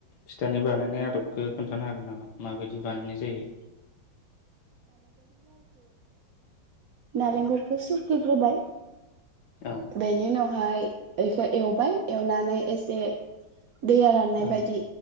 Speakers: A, on the left; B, on the right.
A: फिथानि बानायनाय आदबखो खोन्थानो हागोन नामा माबायदि बानायनाय जायो?
B: नालेंखरखौ
A: औ
B: सुरखिग्रोबाय
A: औ
B: बेनि उनाव ओमफ्रय बेखौ एवबाय एवनानै एसे दैया राननाय
A: औ
B: बायदि